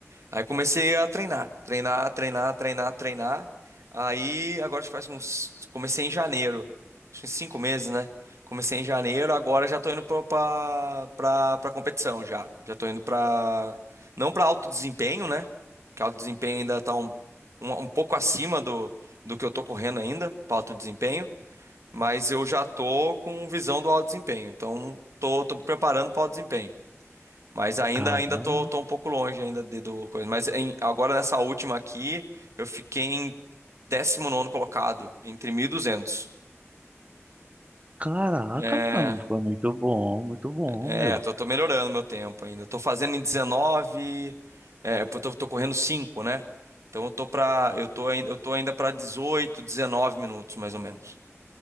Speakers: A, on the right (about 75°); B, on the right (about 30°).
A: Aí comecei a treinar, treinar, treinar, treinar, treinar. Aí agora faz uns. Comecei em janeiro, acho que cinco meses, né? Comecei em janeiro, agora já tô indo pra, pra, pra pra competição já. Já tô indo pra. Não pra alto desempenho, né? Que alto desempenho ainda tá um, um, um pouco acima do, do que eu tô correndo ainda, pra alto desempenho mas eu já tô com visão do alto desempenho. Então, tô, tô preparando para o alto desempenho. Mas ainda
B: Caramba,
A: ainda tô, tô um pouco longe ainda de, do coisa. Mas em- agora nessa última aqui, eu fiquei em décimo nono colocado, entre 1.200.
B: Caraca,
A: É,
B: mano, foi muito bom, muito bom,
A: é,
B: meu.
A: tô, tô melhorando meu tempo ainda. Tô fazendo em 19, é, pô, tô, tô correndo 5, né? Então eu tô pra, eu tô, ain- eu tô ainda para 18, 19 minutos mais ou menos.